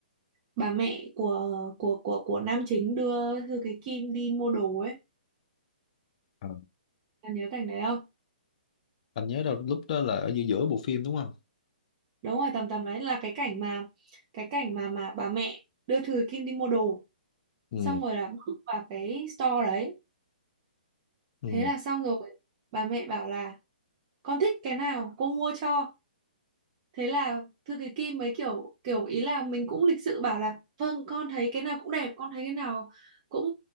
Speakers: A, on the right; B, on the left.
A: bà mẹ của của của của nam chính đưa Thư Cái Kim đi mua đồ ấy
B: Ờ.
A: bà nhớ cảnh đấy không
B: anh nhớ đâu lúc đó là ở giữa giữa bộ phim đúng không
A: đúng rồi tầm tầm đấy là cái cảnh mà cái cảnh mà mà bà mẹ đưa Thư Cái Kim đi mua đồ
B: ừ
A: xong rồi là bước vào cái store đấy
B: ừ
A: thế là xong rồi bà mẹ bảo là con thích cái nào cô mua cho thế là Thư Cái Kim mới kiểu kiểu ý là mình cũng lịch sự bảo là vâng con thấy cái nào cũng đẹp con thấy cái nào cũng